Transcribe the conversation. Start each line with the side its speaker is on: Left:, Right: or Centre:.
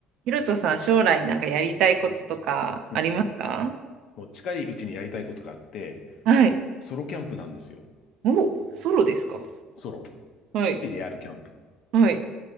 Right: ヒロトさん、将来なんかやりたいこととかありますか
Left: うんもう近いうちにやりたいことがあって、
Right: はい。
Left: ソロキャンプなんですよ。
Right: お、ソロですか
Left: ソロ。
Right: はい。
Left: 一人でやるキャンプ。
Right: はい。